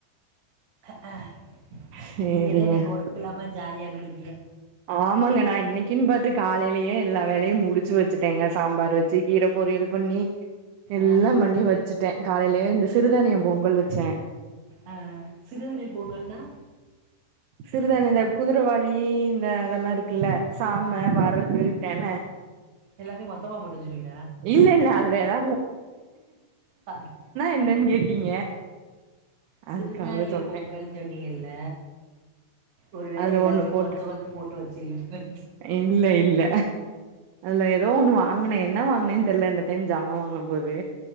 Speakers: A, on the right; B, on the right.
A: அஹஹே.
B: சேரிங்க
A: நீங்கதா இன்னிக்கு ஒர்க் இல்லாம ஜாலியா இருந்திருப்பீங்க
B: ஆமாங்க நான இன்னிக்குன்னு பாத்து காலையிலயே எல்லா வேலையும் முடிச்சு வச்சுட்டேங்க சாம்பார் வச்சு கீர பொரியல் பண்ணி. எல்லாம்
A: ஆ
B: பண்ணி வச்சிட்ட. காலையில எழுந்து. சிறுதானியம் பொங்கல் வச்ச.
A: ஆ சிறுதானிய பொங்கல்னா
B: சிறுதானிய இந்த குதிரவாளி இந்த அததெல்லா இருக்குல்ல சாம, வரகு, தென.
A: எல்லாத்தையும் மொத்தமா போட்டு வச்சுருவியா.
B: இல்ல இல்ல அது. வேதா.
A: அ
B: என்னன்னு கேட்டீங்க
A: சிறுநானிய
B: அதுக்காக சொன்னே
A: பொங்கல் சொன்னீங்கல்ல ஒருவேளை
B: அதுல
A: எல்லாத்துலயும்
B: ஒண்ணு போட்ட
A: கொஞ்சம் கொஞ்சம் போட்டு வச்சு <unintelligible>
B: இல்ல இல்ல அந்த ஏதோ ஒண்ணு வாங்கின என்ன வாங்கினேன்னு தெரியல இந்த டைம் ஜாமான் வாங்கும் போது